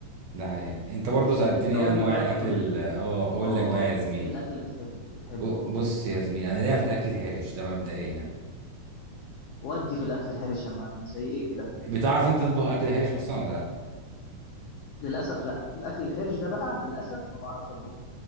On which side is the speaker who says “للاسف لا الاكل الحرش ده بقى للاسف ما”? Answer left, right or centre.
Left